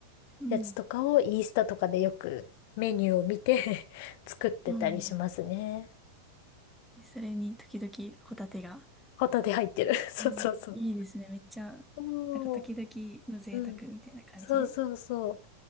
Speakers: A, in the centre; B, on the left.
A: ん。
B: やつとかをインスタとかでよくメニューを見て <laughs> 作ってたりしますね。
A: うんえそれに時々ホタテが。
B: ホタテ入ってる。<laughs> そうそうそう。
A: うんいいですね。めっちゃ、
B: おー
A: なんか時々の贅沢みたいな感じで。
B: うん。そうそうそう。